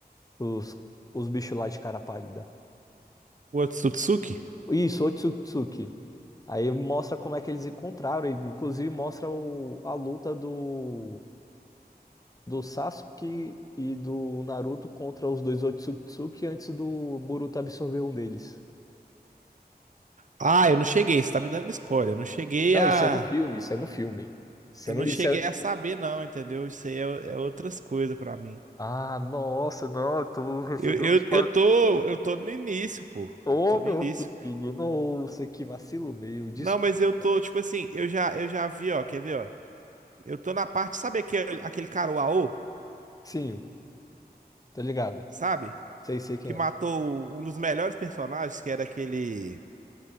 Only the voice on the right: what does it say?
O Otsutsuki?
Ah, eu não cheguei. Você tá me dando spoiler. Eu não cheguei
a.
Eu
não
cheguei
a saber, não, entendeu? Isso aí é, é outras coisas pra mim.
Eu,
eu, eu tô, eu tô no início, pô.
Eu tô
no início.
Não, mas eu tô, tipo assim, eu já, eu já vi, ó, quer ver, ó? Eu tô na parte, sabe aquele, aquele cara, o Aô,
sabe?
Que matou
um dos melhores personagens, que era aquele.